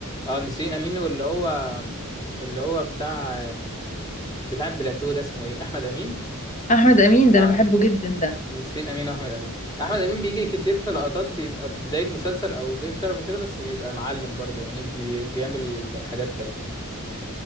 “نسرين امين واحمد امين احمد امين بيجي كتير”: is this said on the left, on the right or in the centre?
Left